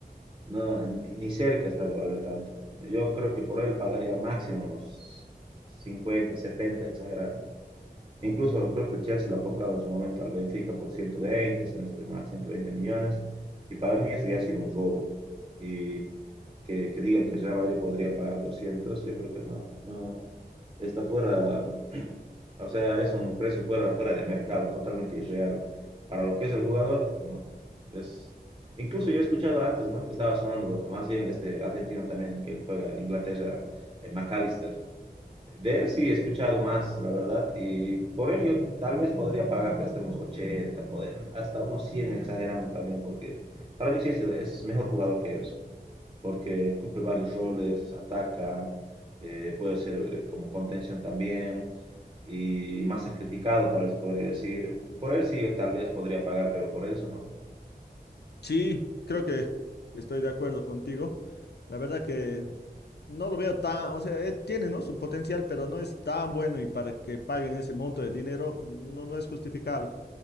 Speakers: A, on the right; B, on the left.
A: no, ni cerca está de valer tanto. Yo creo que por él pagaría máximo unos 50 70 exagerando. Incluso creo que el Chelsea lo ha comprado en su momento al Benfica por 120, si no estoy mal, 120 millones. Y para mí eso ya ha sido un robo. Y que, que digan que Real Madrid podría pagar 200, yo creo que no, no está fuera, <clears throat> o sea, es un precio fuera, fuera de mercado, totalmente irreal. Para lo que es el jugador, no. Es, incluso yo he escuchado antes, ¿no? Que estaba sonando más bien este argentino también, el que juega en Inglaterra, el McAllister de él sí he escuchado más, la verdad, y por él yo tal vez podría pagarte hasta unos 80, poder, hasta unos 100, exagerando también, porque para mí sí es, es mejor jugador que eso, porque cumple varios roles, ataca, eh, puede ser eh, como contención también, y más sacrificado tal vez se podría decir. Por él sí yo tal vez podría pagar, pero por eso no.
B: Sí, creo que, que estoy de acuerdo contigo. La verdad que no lo veo tan, o sea, eh, tiene, ¿no? su potencial, pero no es tan bueno y para que paguen ese monto de dinero no, no es justificable.